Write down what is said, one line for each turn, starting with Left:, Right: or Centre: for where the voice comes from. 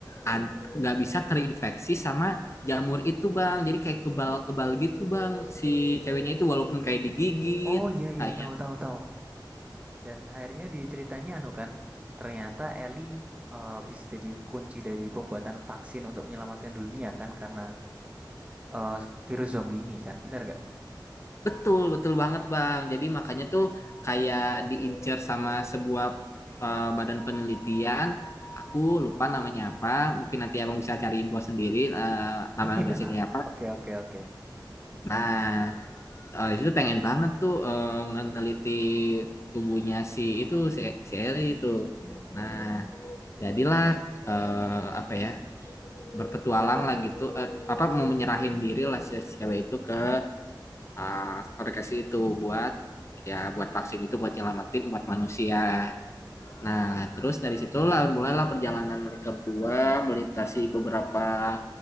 Left: an- nggak bisa terinfeksi sama jamur itu, Bang. Jadi kayak kebal-kebal gitu, Bang. Si ceweknya itu walaupun kayak digigit,
Right: oh iya iya,
Left: kayak
Right: tahu tahu tahu. Dan akhirnya di ceritanya anu kan, ternyata Ellie eh, bisa jadi kunci dari pembuatan vaksin untuk menyelamatkan dunia kan karena eh, virus zombie ini kan, bener nggak?
Left: Betul, betul banget Bang. Jadi makanya tuh kayak diincer sama sebuah eh, badan penelitian. Aku lupa namanya apa. Mungkin nanti Abang bisa cari info sendiri eh, nama
Right: <laughs> Iya.
Left: organisasi kayak apa.
Right: Oke, oke, oke.
Left: Nah, eh, itu pengen banget tuh eh, ngeneliti tubuhnya si itu si, E, si Eli itu. Nah, jadilah eh, apa ya berpetualang lah gitu. Eh, apa mau menyerahin diri lah si si cewek itu ke Ah, aku itu buat ya buat vaksin itu buat nyelamatin umat manusia. Nah, terus dari situlah mulailah perjalanan mereka berdua melintasi beberapa